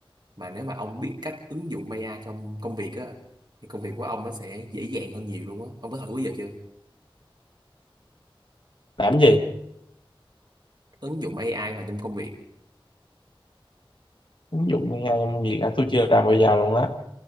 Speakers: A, on the right; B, on the left.
A: mà nếu mà ông biết cách ứng dụng AI trong công việc á thì công việc của ông nó sẽ dễ dàng hơn nhiều luôn á ông có thử bây giờ chưa
B: làm gì
A: ứng dụng AI vào trong công việc
B: ứng dụng AI trong việc à, tôi chưa làm bao giờ luôn á